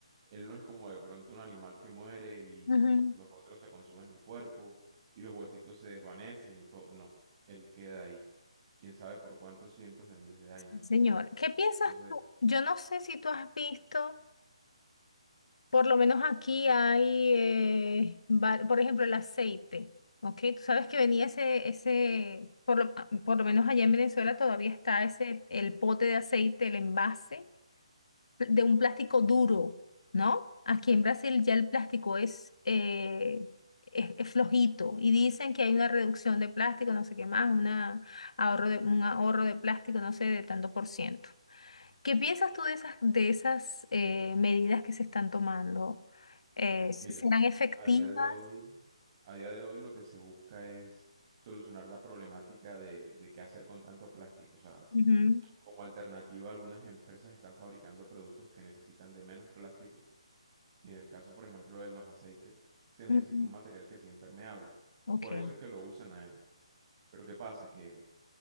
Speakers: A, on the right; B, on the left.
A: Él no es como de pronto un animal que muere y
B: ujú.
A: pues los otros se consumen el cuerpo y los huesitos se desvanecen y todo. No, él queda ahí. Quién sabe por cuántos cientos de miles de años.
B: Sí, señor. ¿Qué piensas
A: Entonces,
B: tú? Yo no sé si tú has visto. Por lo menos aquí hay, eh, va- por ejemplo, el aceite, ¿ok? Tú sabes que venía ese, ese, por lo, ah, por lo menos allá en Venezuela todavía está ese, el pote de aceite, el envase pl- de un plástico duro, ¿no? Aquí en Brasil ya el plástico es, eh, es, es flojito y dicen que hay una reducción de plástico, no sé qué más, una ahorro de, un ahorro de plástico, no sé, de tanto por ciento. ¿Qué piensas tú de esas, de esas eh, medidas que se están tomando? Eh, s-
A: Mira,
B: ¿serán efectivas?
A: a día de hoy, a día de hoy lo que se busca es solucionar la problemática de, de qué hacer con tanto plástico, ¿sabes?
B: Ujú,
A: Como alternativa, algunas empresas están fabricando productos que necesitan de menos plástico y en el caso, por ejemplo, de los aceites, se necesita
B: ujú.
A: un material que sea impermeable.
B: Ok.
A: Por eso es que lo usan a él. Pero ¿qué pasa? Que